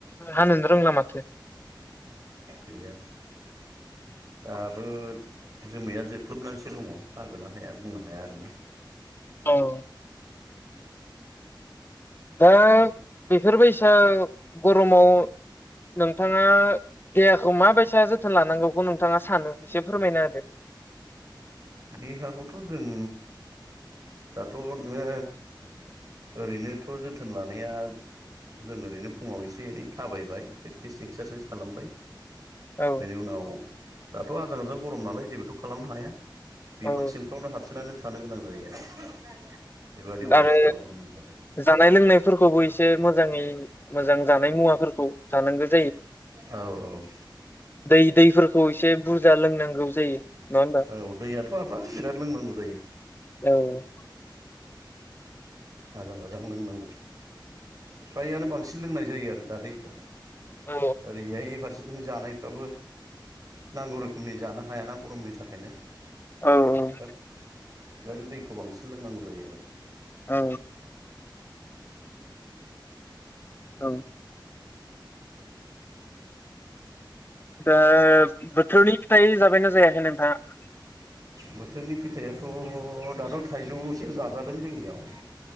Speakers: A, on the left; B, on the right.
A: हानोनो रोंला माथो।
B: गैया दाबो जोमैया जोख्लोबनानसो दङ हागोन ना हाया बुंनो हाया आरोना।
A: औ दा बेफोरबायसा गर'माव नोंथाङा देहाखौ माबायसा जोथोन लानांगौखौ नोंथाङा सानो एसे फोरमायना होदो।
B: देहाखौथ' जों दाथ' नोङो ओरैनोथ' जोथोन लानाया जों ओरैनो फुङाव एसे एनै थाबायबाय प्रेक्टिस एक्सारसाइस खालामबाय
A: औ
B: बेनि उनाव दाथ' आजां गाजां गर'म नालाय जेबोथ' खालामनो हाया। बिफां
A: औ
B: सिंफ्रावनो हाबसोनानै थानो गोनां जायो आरो बेबादि अबस्था
A: आरो
B: गर'मनि थाखाय।
A: जानाय लोंनायफोरखौबो इसे मोजाङै मोजां जानाय मुवाफोरखौ जानांगो
B: औ औ।
A: दै दैफोरखौ एसे बुरजा लोंनांगौ जायो। नङा होमबा
B: औ दैयाथ' हाबा बिराद लोंनांगौ जायो।
A: औ
B: आजां गाजां लोंनांगौ फ्रायानो बांसिन लोंनाय जायो आरो दा दैखौ।
A: औ
B: ओरैहाय फार सेथिं जानायफ्राबो नांगौ रोखोमनि जानो हायाना गर'मनि थाखायनो।
A: औ औ।
B: ओ <inaudible> नो दैखौ बांसिन लोंनांगौ जायो आरो।
A: औ औ दा बोथोरनि फिथाइ जाबायना जायाखै नोंथाङा?
B: बोथोरनि पिथाइआथ' दाथ' थाइजौल'सो जाजादों जोंनियाव।